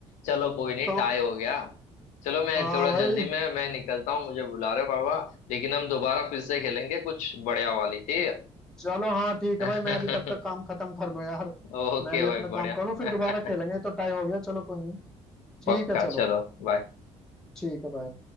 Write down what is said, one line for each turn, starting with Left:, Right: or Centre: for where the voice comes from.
Left: चलो कोई नहीं
Centre: तो
Left: टाई हो गया चलो मैं
Centre: हाँ
Left: थोड़ा
Centre: भाई
Left: जल्दी में मैं निकलता हूँ मुझे बुला रहे बाबा लेकिन हम दोबारा फिर से खेलेंगे कुछ बढ़िया वाली ठीक
Centre: चलो हाँ ठीक
Left: है
Centre: है भाई मैं भी तब तक
Left: <laughs>
Centre: काम खत्म कर लूँ यार
Left: ओके
Centre: मैं भी
Left: भाई
Centre: अपना
Left: बढ़िया
Centre: काम कर लूँ फिर
Left: <laughs>
Centre: दोबारा खेलेंगे ये तो टाइम हो गया चलो कोई नहीं ठीक
Left: पक्का
Centre: है चलो
Left: चलो बाय
Centre: ठीक है भाई